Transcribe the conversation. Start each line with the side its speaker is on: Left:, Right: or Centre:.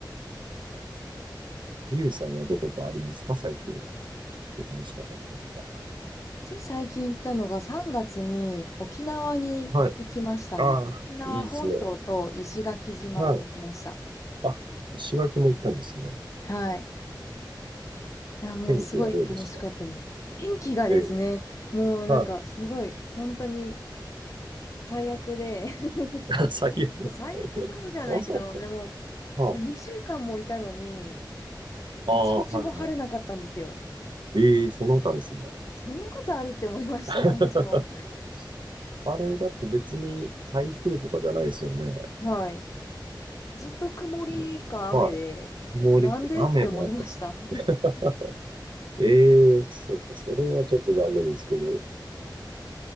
Right: ゆうさんはどこかありますか最近。楽しかったとことか。
Left: つい最近行ったのが3月に沖縄に行きましたね。
Right: はい。ああ、
Left: 沖縄本島と石垣島に行きました。
Right: いいですね。はい。あ、石垣も行ったんですね。
Left: はい。いや、もうすごい楽しかったです。
Right: 天気はどうでした
Left: 天気がですね、
Right: ええ。
Left: もうなんかすごい、
Right: はい。
Left: 本当に最悪で、
Right: <laughs> 最悪。
Left: <laughs> 最悪ってほどではないけど、
Right: あ、そうだ。
Left: でも、
Right: はい。
Left: 2週間もいたのに、
Right: ああ、
Left: 1日も晴れなかったんですよ。
Right: はいはい。ええ、その他ですね。
Left: そんなことあるって思いましたよ、
Right: <laughs>
Left: 私も。
Right: あれ、だって別に台風とかじゃないですよね。
Left: はい。ずっと曇りか雨で、
Right: よはい。毛雨もあったんです。
Left: なんでって思いました。<laughs>
Right: <laughs> ええそっか、それはちょっと残念ですけど。